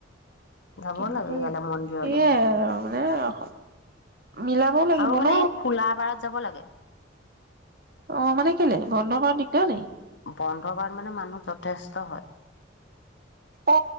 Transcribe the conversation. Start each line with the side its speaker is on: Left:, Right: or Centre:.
Left: যাব
Right: কিন্তু
Left: লাগে ইয়ালে মন্দিৰলে
Right: সেয়াই আৰু এ অ মিলাবও লাগিব
Left: আৰু মানে
Right: ন।
Left: এই খোলা বাৰত যাব লাগে
Right: অহ মানে কেলে বন্ধ বাৰ নেকি দিও নি
Left: বন্ধ বাৰ মানে মানুহ যথেষ্ট হয়।
Right: অ